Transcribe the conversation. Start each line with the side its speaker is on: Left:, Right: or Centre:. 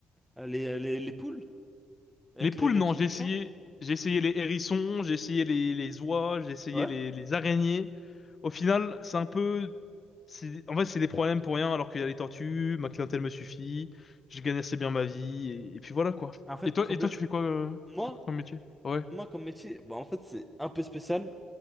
Centre: les, les, les poules avec
Left: Les poules,
Centre: les, les
Left: non,
Centre: petits
Left: j'ai
Centre: poussins?
Left: essayé, j'ai essayé les hérissons, j'ai essayé les, les oies, j'ai essayé
Centre: Ouais.
Left: les, les araignées. Au final, c'est un peu, c'est, en fait, c'est des problèmes pour rien, alors qu'il y a les tortues, ma clientèle me suffit, je gagne assez bien ma vie, et, et puis voilà, quoi.
Centre: En fait,
Left: Et toi,
Centre: problème.
Left: et toi, tu fais quoi, euh,
Centre: Moi,
Left: tu fais quoi comme métier? Ouais,
Centre: moi, comme métier, bah, en fait, c'est un peu spécial.